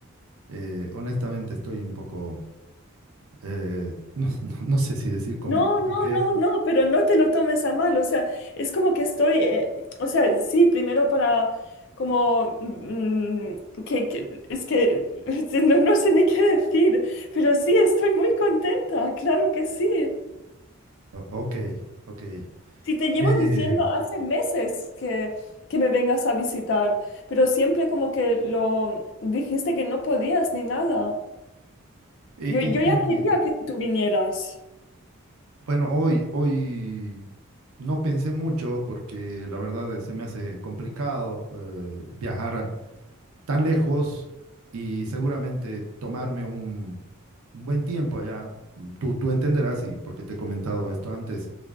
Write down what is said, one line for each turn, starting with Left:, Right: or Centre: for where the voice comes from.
Right: Eh, honestamente, estoy un poco, eh, <laughs> no, no- no sé si decir confundido.
Left: No, no,
Right: ¿Qué?
Left: no, no, pero no te lo tomes a mal, o sea, es como que estoy, eh, o sea, sí, primero para como, mm, que, que- es que <laughs> no, no sé ni qué decir, pero sí, estoy muy contenta, claro que sí.
Right: O- Ok, ok.
Left: Si te llevo
Right: Eh,
Left: diciendo hace meses que, que me vengas a visitar, pero siempre como que lo dijiste que no podías ni nada.
Right: y-
Left: Yo, yo
Right: y sí,
Left: ya quería que tú vinieras.
Right: bueno, hoy, hoy no pensé mucho porque la verdad eh, se me hace complicado eh, viajar tan lejos y seguramente tomarme un, un buen tiempo allá. Tú, tú entenderás, y porque te he comentado esto antes,